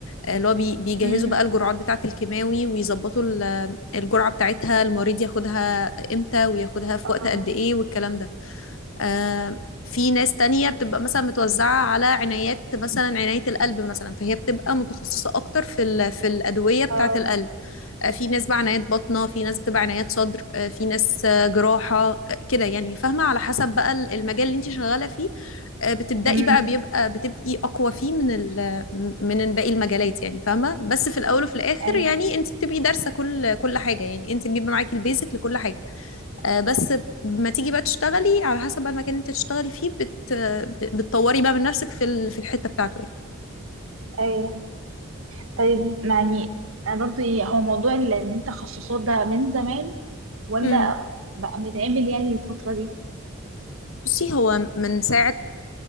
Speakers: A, on the left (about 70°); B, on the right (about 75°).
A: آه، اللي هو بي- بيجهزوا
B: امم
A: بقى الجرعات بتاعة الكيماوي ويظبطوا ال- الجرعة بتاعتها المريض ياخدها امتى وياخدها في
B: اه
A: وقت قد ايه والكلام ده آم، في ناس تانية بتبقى مثلا متوزعة على عنايات مثلا عناية القلب مثلا فهي بتبقى متخصصة أكتر في ال- في الأدوية بتاعة
B: اه
A: القلب آه، في ناس بقى عنايات باطنة في ناس بتبقى عنايات صدر آه، في ناس آه، جراحة آه، كده يعني فاهمة على حسب بقى ال- المجال اللي انت شغالة فيه آه، بتبدأي
B: امم
A: بقى بيبقى بتبقي أقوى فيه من ال من باقي المجالات يعني فاهمة بس في الأول وفي الآخر
B: ايوه
A: يعني انت بتبقي دارسة كل كل حاجة يعني انت بيبقى معاكي البيزك لكل حاجة آه، بس ما تيجي بقى تشتغلي على حسب بقى المكان اللي انت تشتغلي فيه بت... بتطوري بقى من نفسك في ال... في الحتة بتاعته يعني
B: ايوه طيب يعني انا برضو ايه هو موضوع ال- ان انت تخصصات ده من زمان ولا
A: امم
B: بقى متعمل يعني الفترة دي
A: بصي هو من ساعة